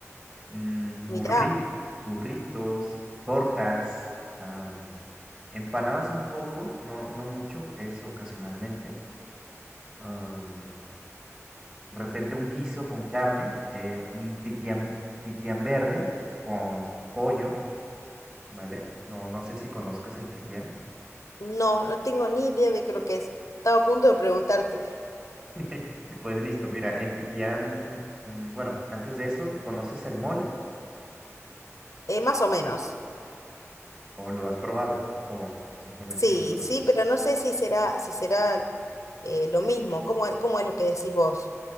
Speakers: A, on the right; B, on the left.
A: Mm, burri-
B: Mirá,
A: burritos, tortas, am, empanadas un poco, no, no mucho, es ocasionalmente. am, de repente un guiso con carne, eh, un pipián, pipián verde con pollo, ¿vale? No, no sé si conozcas el pipián.
B: no, no tengo ni idea de qué lo que es. Estaba a punto de preguntarte.
A: <laughs> Pues listo, mira, el pipián, mm, bueno, antes de eso, ¿conoces el mole
B: Eh, más o menos.
A: o lo has probado o simplemente
B: Sí,
A: lo conoces?
B: sí, pero no sé si será, si será eh, lo mismo. ¿Cómo, es- cómo es lo que decís vos?